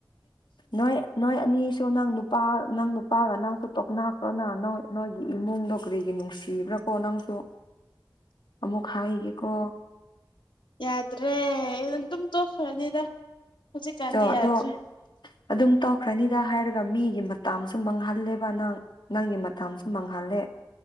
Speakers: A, on the left; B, on the left.
A: ꯅꯣꯏ ꯅꯣꯏ ꯑꯅꯤꯁ ꯅꯪ ꯅꯨꯄꯥ ꯅꯪ ꯅꯨꯄꯥꯒ ꯅꯪꯁꯨ ꯇꯣꯛꯅꯥꯈ꯭ꯔꯅ ꯅ ꯅꯣꯏꯒꯤ ꯏꯃꯨꯡꯗꯣ ꯀ꯭ꯔꯤꯒꯤ ꯅꯨꯡꯁꯤꯕ꯭ꯔꯥ ꯀꯣ ꯅꯪꯁꯨ ꯑꯃꯨꯛ ꯍꯥꯏꯒꯦꯀꯣ
B: ꯌꯥꯗ꯭ꯔꯦ ꯑꯗꯨꯝ ꯇꯣꯛꯈ꯭ꯔꯅꯤꯗ ꯍꯧꯖꯤꯛꯀꯥꯟꯗꯤ
A: ꯑꯣ ꯑꯗꯣ
B: ꯌꯥꯗ꯭ꯔꯦ
A: ꯑꯗꯨꯝ ꯇꯧꯈ꯭ꯔꯅꯤꯗ ꯍꯥꯏꯔꯒ ꯃꯤꯒꯤ ꯃꯇ ꯁꯨꯝ ꯃꯥꯡꯍꯜꯂꯦꯕ ꯅꯪ ꯅꯪꯒꯤ ꯃꯇꯝꯁꯨ ꯃꯥꯡꯍꯜꯂꯦ